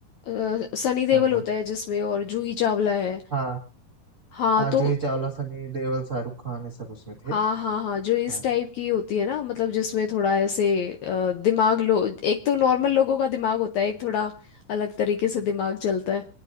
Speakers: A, on the left; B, on the right.
A: अ, सनी देओल
B: हाँ हाँ
A: होता है जिसमें और जूही चावला है
B: हाँ,
A: हाँ
B: हाँ
A: तो
B: जूही चावला सनी देओल शाहरुख खान ये सब उसमें
A: हाँ
B: थे
A: हाँ हाँ जो इस
B: हाँ
A: टाइप की होती है ना मतलब जिसमें थोड़ा ऐसे अ, दिमाग लो एक तो नॉर्मल लोगों का दिमाग होता है एक थोड़ा अलग तरीके से दिमाग चलता है